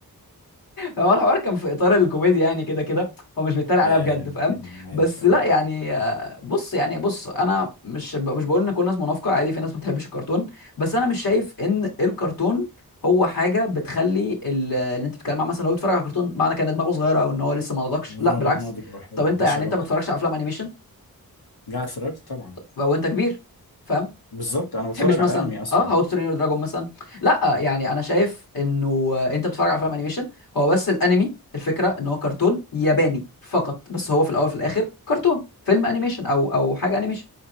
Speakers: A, on the left (about 65°); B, on the left (about 80°).
A: هو الحوار كان في اطار الكوميديا يعني كده كده هو مش بيتريق عليها
B: اي
A: بجد
B: اي أنا
A: فاهم
B: فاهم، أنا عارف
A: بس
B: اه
A: لا يعني
B: اه
A: آه، بص يعني بص انا مش ب- مش بقول ان كل الناس منافقه عادي في ناس ما بتحبش الكرتون بس انا مش شايف ان الكرتون هو حاجه بتخلي ال- اللي انت بتتكلم عنه مثلا لو بيتفرج على كرتون معنى كان دماغه صغيره او ان هو لسه ما نضجش
B: من
A: لا
B: هو
A: بالعكس
B: غير ناضج او حاجه
A: طب
B: ملهاش
A: انت يعني
B: علاقه
A: انت ما بتتفرجش على افلام انيميشن
B: لا اتفرجت طبعا
A: وانت كبير فاهم
B: بالظبط انا بتفرج
A: تحبش مثلا
B: على انمي اصلا
A: اه هاو تو ترين يور دراجون مثلا لا يعني انا شايف انه آه، انت بتتفرج على فيلم انيميشن هو بس الانمي الفكره ان هو كرتون ياباني فقط بس هو في الاول في الاخر كرتون فيلم انيميشن او او حاجه انيميشن